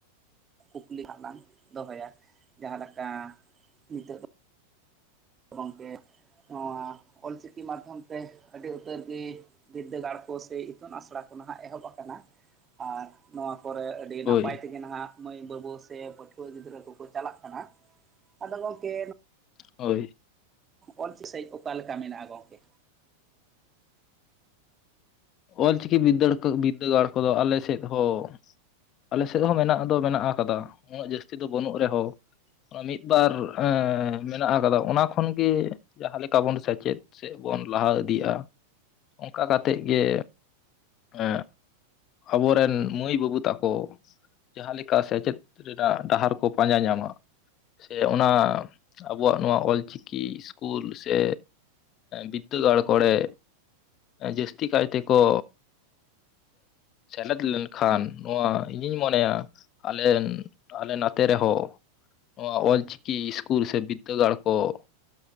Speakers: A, on the right (about 20°); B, on the left (about 35°).
A: ᱠᱩᱠᱞᱤ ᱦᱟᱸᱜ ᱞᱟᱝ ᱫᱚᱦᱚᱭᱟ᱾ ᱡᱟᱦᱟᱸ ᱞᱮᱠᱟ ᱱᱤᱛᱚᱜ ᱫᱚ ᱜᱚᱝᱠᱮ ᱱᱚᱣᱟ ᱚᱞᱪᱤᱠᱤ ᱢᱟᱫᱽᱫᱷᱚᱢ ᱛᱮ ᱟᱹᱰᱤ ᱩᱛᱟᱹᱨ ᱜᱮ ᱵᱤᱫᱽᱫᱟᱹᱜᱟᱲ ᱠᱚ ᱥᱮ ᱤᱛᱩᱱ ᱟᱥᱲᱟ ᱠᱚ ᱱᱟᱦᱟᱜ ᱮᱦᱚᱵ ᱟᱠᱟᱱᱟ ᱟᱨ ᱱᱚᱣᱟ ᱠᱚᱨᱮ ᱟᱹᱰᱤ
B: ᱦᱳᱭ
A: ᱱᱟᱯᱟᱭ ᱛᱮᱜᱮ ᱱᱟᱦᱟᱜ ᱢᱟᱹᱭ ᱵᱟᱹᱵᱩ ᱥᱮ ᱯᱟᱹᱴᱷᱩᱣᱟᱹ ᱜᱤᱫᱽᱨᱟᱹ ᱠᱚᱠᱚ ᱪᱟᱞᱟᱜ ᱠᱟᱱᱟ᱾ ᱟᱫᱚ ᱜᱚᱢᱠᱮ
B: ᱦᱳᱭ᱾
A: ᱚᱞ <unintelligible> ᱥᱟᱦᱤᱡ ᱚᱠᱟᱞ ᱞᱮᱠᱟ ᱢᱮᱱᱟᱜᱼᱟ ᱜᱚᱢᱠᱮ?
B: ᱚᱞᱪᱤᱠᱤ ᱵᱤᱫᱽᱫᱟᱹ ᱵᱤᱫᱽᱫᱟᱹᱜᱟᱲ ᱠᱚᱫᱚ ᱟᱞᱮ ᱥᱮᱫ ᱦᱚᱸ ᱟᱞᱮ ᱥᱮᱫ ᱦᱚᱸ ᱢᱮᱱᱟᱜ ᱫᱚ ᱢᱮᱱᱟᱜ ᱟᱠᱟᱫᱟ, ᱩᱱᱟᱹᱜ ᱡᱟᱹᱥᱛᱤ ᱫᱚ ᱵᱟᱹᱱᱩᱜ ᱨᱮᱦᱚᱸ ᱚᱱᱟ ᱢᱤᱫ ᱵᱟᱨ ᱢᱮᱱᱟᱜ ᱟᱠᱟᱫᱟ, ᱚᱱᱟ ᱠᱷᱚᱱ ᱜᱮ ᱡᱟᱦᱟᱸ ᱞᱮᱠᱟ ᱵᱚᱱ ᱥᱮᱪᱮᱫ ᱥᱮᱫ ᱵᱚᱱ ᱞᱟᱦᱟ ᱤᱫᱤᱜᱼᱟ᱾ ᱚᱱᱠᱟ ᱠᱟᱛᱮᱫ ᱜᱮ ᱮ ᱟᱵᱚᱨᱮᱱ ᱢᱟᱹᱭ -ᱵᱟᱹᱵᱩ ᱛᱟᱠᱚ ᱡᱟᱦᱟᱸ ᱞᱮᱠᱟ ᱥᱮᱪᱮᱫ ᱨᱮᱱᱟᱜ ᱰᱟᱦᱟᱨ ᱠᱚ ᱯᱟᱸᱡᱟ ᱧᱟᱢᱟ᱾ ᱥᱮ ᱚᱱᱟ ᱟᱵᱚᱣᱟᱜ ᱱᱚᱣᱟ ᱚᱞᱪᱤᱠᱤ ᱤᱥᱠᱩᱞ ᱥᱮ ᱵᱤᱫᱽᱫᱟᱹᱜᱟᱲ ᱠᱚᱲᱮ, ᱡᱟᱹᱥᱛᱤ ᱠᱟᱭ ᱛᱮᱠᱚ ᱥᱮᱞᱮᱫ ᱞᱮᱱᱠᱷᱟᱱ ᱱᱚᱣᱟ ᱤᱧᱤᱧ ᱢᱚᱱᱮᱭᱟ ᱟᱞᱮᱱ ᱟᱞᱮ ᱱᱚᱛᱮ ᱨᱮᱦᱚᱸ ᱱᱚᱣᱟ ᱚᱞᱪᱤᱠᱤ ᱤᱥᱠᱩᱞ ᱥᱮ ᱵᱤᱫᱽᱫᱟᱹᱜᱟᱲ ᱠᱚ ᱾